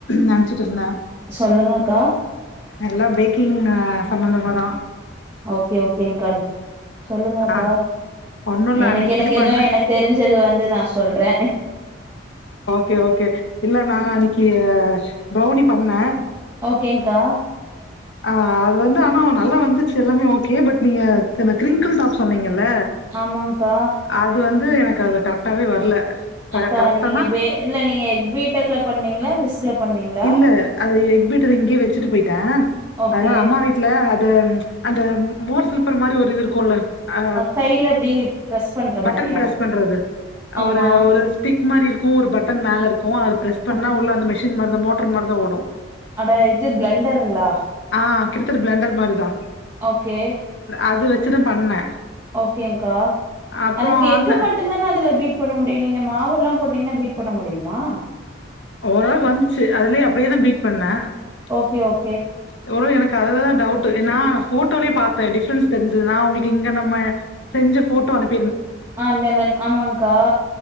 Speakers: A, on the left; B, on the right.
A: நெனச்சிட்டு இருந்தே
B: சொல்லுங்கக்கா
A: எல்லாம் பேக்கிங் அ சம்பந்தமாதா
B: ஓகே ஓகேங்க்கா சொல்லுங்க அக்கா
A: ஆ ஒண்ணு இல்ல
B: எனக்கு
A: அன்னைக்கு
B: எனக்கு
A: இது பண்ண
B: ஏதோ எனக்கு தெரிஞ்சது வந்து நா சொல்றே
A: ஓகே ஓகே இல்ல நான் அன்னைக்கு ப்ரௌனி பண்ணே
B: ஓகேங்க்கா
A: ஆ அது வந்து ஆனா வ நல்லா வந்துச்சு எல்லாமே கே பட் நீங்க அந்த க்ரிங்கிள் டா சொன்னிங்க ல
B: ஆமாங்க்கா
A: அது வந் து எனக்கு அதுல கரெக்டாவே வரல ச
B: அக்கா
A: கரெக்டானா
B: நீங்க பே இல்ல நீங்க எக் பீட்டர்ல பண்ணீங்களா விஸ்க்ல பண்ணீங்களா
A: இல்ல அது எக்பீட்டர் இங்கயே வச்சுட்டு போயிட்டே
B: ஓகே
A: அதனால அம்மா வீட்ல அது அந்த மோர் சில்ப்பர் மாரி ஒரு இது இருக்குல்ல அ
B: கைல இப்டி ப்ரெஸ் பண்ற
A: பட்டன்
B: மாரியா
A: ப்ரஸ் பண்றது
B: ஆமா
A: ஒரு ஒரு ஸ்டிக் மாரி இருக் ஒரு பட்டன் மேல இருக் கு அது ப்ரஸ் பண்ணா
B: அ
A: உள்ள அந்த மிஷ் ம் அந்த மோட்டர் மாதிரி தா ஓடு
B: அட இது ப்ளண்டருங்களா
A: ஆ கிட்டத்தட்ட ப்ளண்டர் மாரிதா
B: ஓகே
A: அது வச் ட்டுதா பண்ணே
B: ஓகேங்க்கா
A: அப்றோ
B: அதுக்கு எஃக்கு
A: அந்த
B: மட்டுந்தானே அதுல பீட் பண்ண முடியு நீங்க மாவல்லா போட் ட்டீங்னா பீட் பண்ண முடியுமா
A: ஓரளவுக்கு வந்துச்சு அதுலயே அப்படியே தா பீட் பண்ணே
B: தியோ
A: <unintelligible> எனக்கு அதலத தான் டவுட் என்னா போட்டோலே பாத்தேன் டிஃப்ரன்ஸ் தெரிஞ்சது நா உங்களுக்கு இங்க நம்ம செஞ்ச போட்டோ அனுப்
B: ஆஹ் நன்நன் ஆமாங்கா